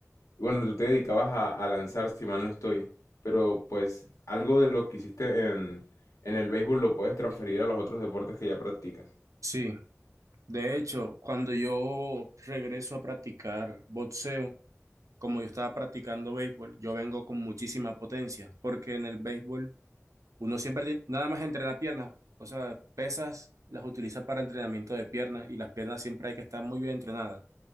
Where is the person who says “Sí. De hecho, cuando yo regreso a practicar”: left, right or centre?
Right